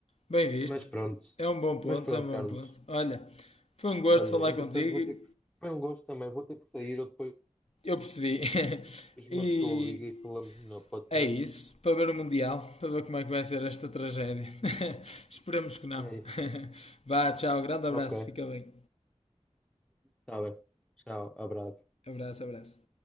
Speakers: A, on the left; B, in the centre.
A: Bem visto.
B: Mas pronto,
A: É um bom ponto,
B: mas pronto,
A: é um
B: Carlos.
A: bom ponto. Olha, foi um gosto
B: Olha,
A: falar
B: entretanto
A: contigo.
B: vou ter que. Foi um gosto também, vou ter que sair, eu depois
A: Eu percebi. <laughs>
B: Depois
A: e,
B: uma pessoa liga e falamos melhor, pode
A: É
B: ser?
A: isso, para ver o Mundial, para ver como é que vai ser esta tragédia. <laughs> Esperemos que não.
B: É isso.
A: <laughs> Vá, tchau, grande
B: Ok.
A: abraço, fica bem.
B: Tá bem. Tchau, abraço.
A: Abraço, abraço.